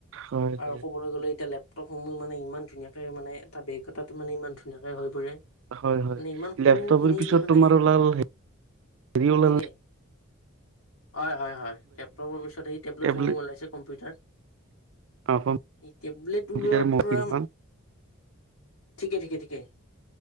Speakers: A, on the right (about 55°); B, on the left (about 80°).
A: হয়
B: আৰু
A: হয়
B: ক'বলৈ গ'লে এতিয়া লেপ টপসমোহ মানে ইমান ধুনীয়াকে মানে তাৰ বেগ কতাত মানে ইমান ধুনীয়াকে হৈ পৰে
A: হয় হয়
B: মানে ইমান সৰু
A: লেপটপৰ
B: খিনি
A: পিছত
B: মানে
A: তোমাৰ ওলাল হেৰি
B: গতিকে
A: ওল
B: হয় হয় হয় লেপটপৰ পিছত সেই টেবলেটসমূহ
A: টেবলেট
B: ওলাইছে কম্পিউটাৰ।
A: অ
B: এই টেবলেট
A: কম্পিউটাৰ
B: ওলোৱাৰ
A: মকিনখন
B: পৰা ঠিকে ঠিকে ঠিকে